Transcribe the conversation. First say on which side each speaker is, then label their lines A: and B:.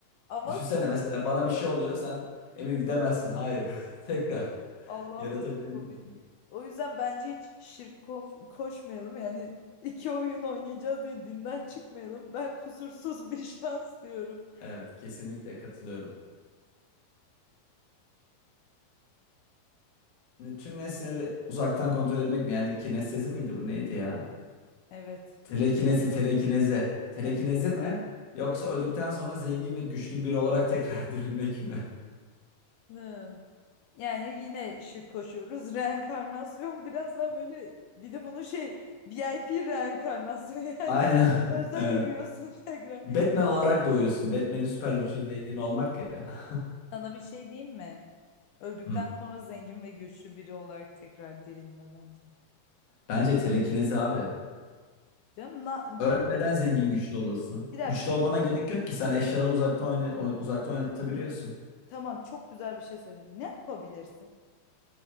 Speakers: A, on the left; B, on the left.
A: Ama
B: Düşünsene mesela bana bir şey oluyor sen Emir gidemezsin. Hayır. <laughs> Tekrar
A: Allah'ım
B: yaratabildiğini
A: çok komik.
B: düşün.
A: O yüzden bence hiç şirk ko- koşmayalım. Yani iki oyun oynayacağız diye dinden çıkmayalım. Ben kusursuz bir <laughs> şans diyorum.
B: Evet kesinlikle katılıyorum. Şimdi Tüm nesneleri uzaktan kontrol etmek mi? Yani kinestezi miydi bu neydi ya?
A: Evet.
B: Telekinezi, telekinezi. Telekinezi
A: Evet.
B: mi? Yoksa öldükten sonra zengin ve güçlü biri olarak tekrar <laughs> dirilmek mi?
A: Hı. Yani yine şirk koşuyoruz. Reenkarnasyon biraz daha böyle bir de bunun şey VIP reenkarnasyon <laughs> yani
B: Aynen.
A: özel
B: <laughs> Evet.
A: ürüyorsun tekrar.
B: Batman olarak doğuyorsun. Batman'in süper gücü zengin olmak ya. <laughs>
A: Sana bir şey diyeyim mi? Öldükten
B: Hı.
A: sonra zengin ve güçlü biri olarak tekrar dirilme bence.
B: Bence telekinezi abi.
A: Değil mi? Na- me-
B: Ölmeden zengin güçlü olursun.
A: bir dakika.
B: Güçlü olmana gerek yok ki. Sen eşyaları uzaktan oyna oy- uzaktan oynatabiliyorsun.
A: Tamam çok güzel bir şey söyledin. Ne yapabilirsin?